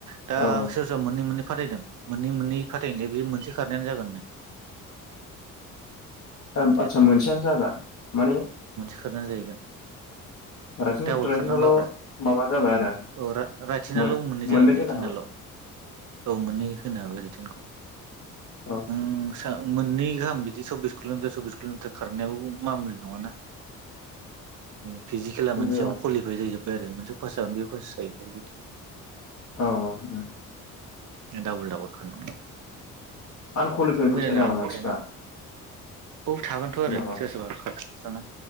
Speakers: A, on the right; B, on the left.
A: दा
B: औ
A: सोर-सोर मोनै-मोनै फथायदों मोननै-मोननै फाथायदो बे मोनसे फाथ इनियानो जागोननो
B: ओं
A: बिदि
B: आतसा
A: आरो
B: मोनसेयानो जागोन माने
A: खारनाय जाहैगोन
B: राइसन
A: डाबल
B: राइसनाल'
A: खारनांलाब्रा
B: माबा जाबाय आरो
A: औ रा रायथिनाल
B: मोन
A: मोननै जागोन
B: होनो
A: रिथिनाल
B: हाबाय
A: औ मोननै होनो हगौ रिटेनखौ
B: औ
A: आं <unintelligible> मोननै गाहाम बिदि सुबबिस किल'मिटार-सबबिस किल'मिटार खारनायाबो मामुलि नङाना अम फिजिकेला
B: इथ'
A: मोनसेयावनो
B: बे औ
A: कुवालिफाय जायजोब <unintelligible> मोनसे पास जागोन बेयाव फास जायो
B: औ औ अम
A: डाबल-डाबल खारनांगौ
B: आनकुवालिफाइबो
A: मोजां
B: थायो
A: जागौ
B: नामा मानसिफ्रा
A: औ थागोनथ आरो
B: जेन'बा
A: सोर सोरबा खारो